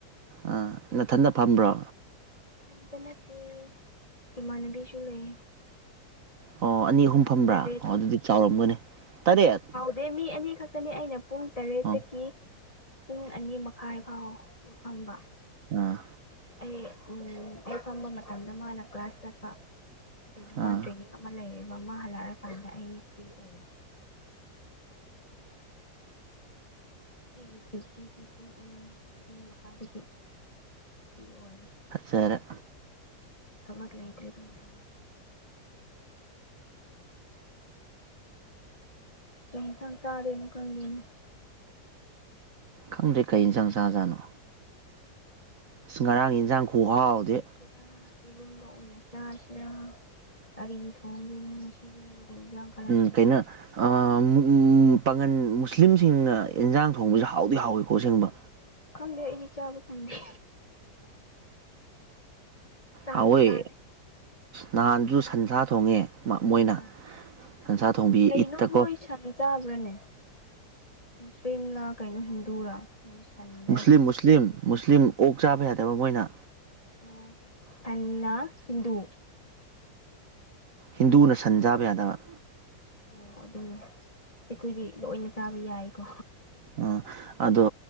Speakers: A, on the right; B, on the left.
A: ꯑꯥ ꯅꯊꯟꯗ ꯐꯝꯕ꯭ꯔꯣ
B: ꯢꯊꯟꯇ ꯅꯠꯇꯦ ꯏꯃꯥꯟꯅꯕꯤꯁꯨ ꯂꯩꯌꯦ
A: ꯑꯣ ꯑꯅꯤ ꯑꯍꯨꯝ ꯐꯕ꯭ꯔꯥ
B: ꯇꯔꯦꯠ
A: ꯑꯣ ꯑꯗꯨꯗꯤ ꯆꯥꯎꯔꯝꯒꯅꯤ ꯇꯔꯦꯠ
B: ꯅꯠꯇꯦ ꯃꯤ ꯑꯅꯤ ꯈꯛꯇꯅꯤ ꯑꯩꯅ ꯄꯨꯡ ꯇꯔꯦꯠꯇꯒꯤ
A: ꯑꯣ
B: ꯄꯨꯡ ꯑꯅꯤ ꯃꯈꯥꯏ ꯐꯥꯎꯕ ꯐꯝꯕ
A: ꯑꯥ
B: ꯑꯩ ꯎꯝ ꯑꯩ ꯐꯝꯕ ꯃꯇꯝꯗ ꯃꯥꯅ ꯀ꯭ꯂꯥꯁ ꯆꯠꯄ ꯀꯩꯅꯣ
A: ꯑꯥ
B: ꯃꯥ ꯇ꯭ꯔꯦꯅꯤꯡ ꯑꯃ ꯂꯩꯌꯦꯕ ꯑꯃ ꯍꯜꯂꯛꯑꯀꯥꯟꯗ ꯑꯩ ꯐ꯭ꯔꯤ ꯑꯣꯏꯕ ꯑꯩꯒꯤ ꯗ꯭ꯌꯨꯇꯤꯗꯤ ꯄꯨꯡ ꯑꯅꯤ ꯑꯅꯤ ꯃꯈꯥꯏꯗꯒꯤ ꯐ꯭ꯔꯤ ꯑꯣꯏꯔꯦ
A: ꯐꯖꯔꯦ
B: ꯊꯕꯛ ꯂꯩꯇꯗ꯭ꯔꯤ <unintelligible> ꯀꯩ ꯢꯟꯁꯥꯡ ꯆꯥꯗꯣꯢꯅꯣ ꯈꯪꯗꯦꯅꯦ
A: ꯈꯪꯗꯦ ꯀꯩ ꯏꯟꯖꯥꯡ ꯆꯥ ꯖꯥꯠꯅꯣ ꯑꯁ ꯉꯔꯥꯡ ꯌꯦꯟꯖꯥꯡ ꯈꯨꯍꯥꯎꯗꯤ
B: ꯑꯥ ꯏꯔꯣꯝꯕ ꯑꯣꯏꯅ ꯆꯥꯁꯤꯔꯥ ꯀꯔꯤ ꯊꯣꯡꯗꯣꯢꯅꯣ ꯉꯁꯤꯒꯤ <unintelligible> ꯢꯟꯖꯥꯡ <unintelligible> <unintelligible> <unintelligible>
A: ꯀꯩꯅꯣ ꯑꯥ ꯎꯝ ꯄꯥꯉꯟ ꯃꯨꯁꯂꯤꯝꯁꯤꯡꯅ ꯏꯟꯖꯥꯡ ꯊꯣꯡꯕꯁꯨ ꯍꯥꯎꯗꯤ ꯍꯥꯎꯋꯤꯀꯣ ꯑꯁꯦꯡꯕ
B: ꯈꯪꯗꯦ ꯑꯩꯗꯤ ꯆꯕ ꯐꯪꯗꯦ ꯆꯥꯁꯨ
A: ꯍꯥꯎꯑꯦ
B: ꯆꯥꯗꯦ
A: ꯅꯍꯥꯟꯁꯨ
B: ꯀꯩ ꯏꯟꯖꯥꯡ
A: ꯁꯟꯁꯥ ꯊꯣꯡꯉꯦ ꯃꯣꯏꯅ
B: ꯑꯥ
A: ꯁꯟꯁꯥ ꯊꯣꯡꯕꯤ
B: ꯀꯩꯅꯣ
A: ꯏꯠꯇ
B: ꯃꯣꯏ
A: ꯀꯣ
B: ꯁꯟ ꯆꯥꯕ꯭ꯔꯥꯅꯦ ꯃꯨꯁꯂꯤꯝꯂ ꯀꯩꯅꯣ ꯍꯤꯟꯗꯨꯔꯥ ꯃꯣꯏ ꯁꯟꯗ
A: ꯃꯨꯁꯂꯤꯝ ꯃꯨꯁꯂꯤꯝ
B: ꯃꯣꯏ
A: ꯃꯨꯁꯂꯤꯝ ꯑꯣꯛ ꯆꯥꯕ
B: ꯃꯣꯏꯒꯤ
A: ꯌꯥꯗꯕ ꯃꯣꯏꯅ
B: ꯑꯣ ꯁꯟꯅꯥ ꯍꯤꯟꯗꯨ
A: ꯍꯤꯟꯗꯨꯅ ꯁꯟ ꯆꯥꯕ ꯌꯥꯗꯕ
B: ꯑꯣ ꯑꯗꯨꯅꯤ ꯑꯩꯈꯣꯏꯗꯤ ꯂꯣꯏꯅ ꯆꯥꯕ ꯌꯥꯏꯀꯣ
A: ꯑꯥ ꯑꯗꯣ